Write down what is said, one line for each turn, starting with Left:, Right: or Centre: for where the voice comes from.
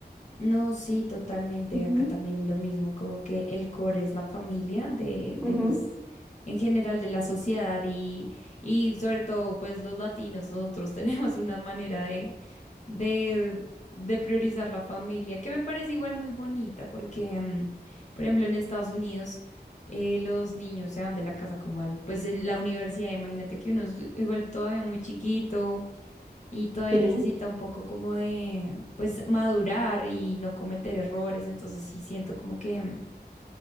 Left: No, sí, totalmente.
Centre: Ujú,
Left: Acá también lo mismo, como que el core es la familia de, de
Centre: ujú,
Left: pues, en general de la sociedad y, y sobre todo, pues, los latinos, nosotros <laughs> tenemos una manera de, de, de priorizar la familia, que me parece igual muy bonita, porque, mm, por ejemplo, en Estados Unidos, eh, los niños se van de la casa como al, pues, en la universidad, imagínate que uno es igual todavía muy chiquito y todavía
Centre: sí.
Left: necesita un poco como de, pues, madurar y no cometer errores. Entonces sí siento como que, mm,